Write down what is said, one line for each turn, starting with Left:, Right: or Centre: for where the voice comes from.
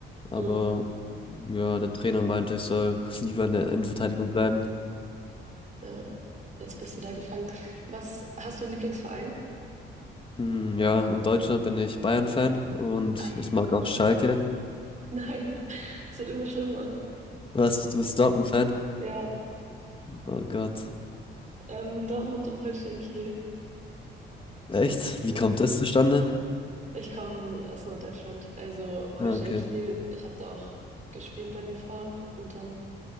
Left: aber
Right: Mhm.
Left: ja, der Trainer meinte, ich soll <laughs> lieber in der Innenverteidigung bleiben.
Right: Ja, jetzt bist du da gefangen. Was, hast du einen Lieblingsverein?
Left: Mm, Ja, in Deutschland bin ich Bayern-Fan und
Right: Ei.
Left: ich mag auch Schalke.
Right: Nein, <laughs> es wird immer schlimmer.
Left: Was, du bist Dortmund-Fan?
Right: Ja,
Left: Oh Gott.
Right: ähm, Dortmund und Holstein-Kiel.
Left: Echt?
Right: Ja.
Left: Wie kommt das zustande?
Right: Ich komme aus Norddeutschland, also Holstein-Kiel.
Left: Ah, okay.
Right: Ich habe da auch gespielt bei den Frauen und dann,